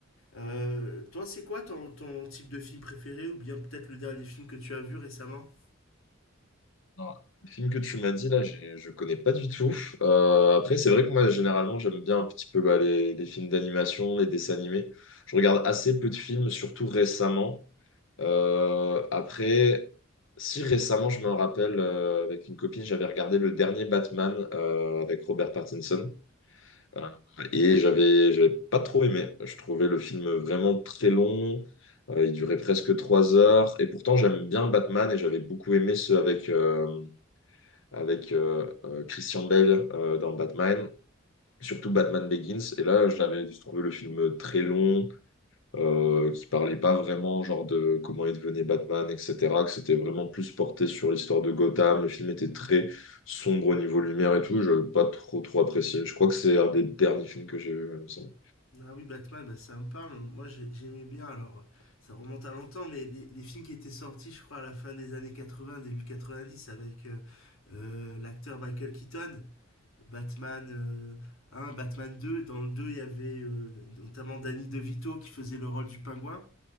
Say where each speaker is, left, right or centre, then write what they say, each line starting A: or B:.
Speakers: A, on the left; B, on the left.
A: Euh, toi, c'est quoi ton, ton type de film préféré ou bien peut-être le dernier film que tu as vu récemment?
B: Non, le film que tu m'as dit là, j'ai- je connais pas du tout. Euh, après, c'est vrai que moi, généralement, j'aime bien un petit peu bah, les, les films d'animation, les dessins animés. Je regarde assez peu de films, surtout récemment. Euh, après, si récemment, je me rappelle, euh, avec une copine, j'avais regardé le dernier Batman euh, avec Robert Pattinson. Euh, et j'avais, j'avais pas trop aimé. Je trouvais le film vraiment très long. Euh, il durait presque trois heures. Et pourtant, j'aime bien Batman et j'avais beaucoup aimé ceux avec. euh, avec euh, euh, Christian Bale euh, dans Batman, surtout Batman Begins. Et là, je l'avais trouvé le film très long, euh, qui parlait pas vraiment genre de comment il devenait Batman, etc. Que c'était vraiment plus porté sur l'histoire de Gotham. Le film était très sombre au niveau lumière et tout. Je n'ai pas trop trop apprécié. Je crois que c'est un des derniers films que j'ai vu, il me semble.
A: Ah oui, Batman, bah, ça me parle. Moi, j'ai- j'aimais bien. Alors, euh, ça remonte à longtemps, mais les, les films qui étaient sortis, je crois, à la fin des années 80, début 90, avec euh, euh, l'acteur Michael Keaton. Batman euh, 1, Batman deux Dans le 2 il y avait euh, notamment Danny DeVito qui faisait le rôle du pingouin.